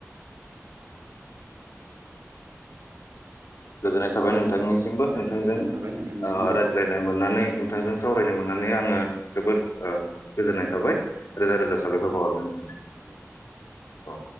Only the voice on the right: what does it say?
औ
औ गोजोननाय थाबाय नोंथांनिसिमबो
औ
औ